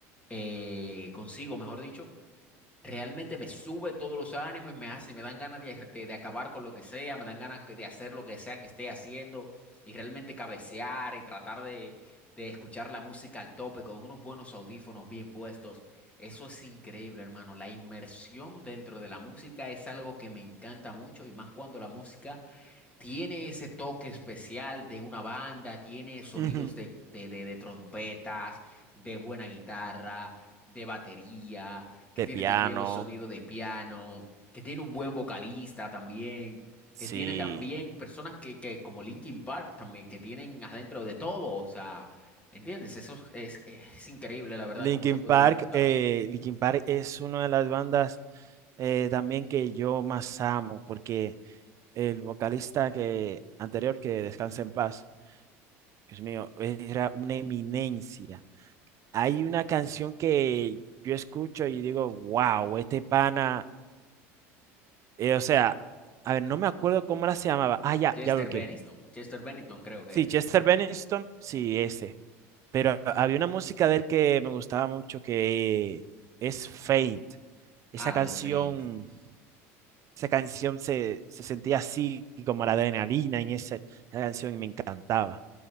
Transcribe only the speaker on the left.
eh, consigo, mejor dicho. realmente me sube todos los ánimos y me hace, me dan ganas de, de- de acabar con lo que sea, me dan ganas que- de hacer lo que sea que esté haciendo y realmente cabecear y tratar de, de escuchar la música al tope con unos buenos audífonos bien puestos. Eso es increíble, hermano. La inmersión dentro de la música es algo que me encanta mucho y más cuando la música tiene ese toque especial de una banda, tiene sonidos
de, de, de- de trompetas, de buena guitarra, de batería, que
tiene
también los sonidos de piano, que tiene un buen vocalista también,
que tiene también personas que, que como Linkin Park también, que tienen adentro de todo, o sea, ¿entiendes? Eso es, es, es increíble, la verdad,
cómo se puede
disfrutar.
Chester
Bennington, Chester Bennington creo que
es.
Ah, la
de Fame.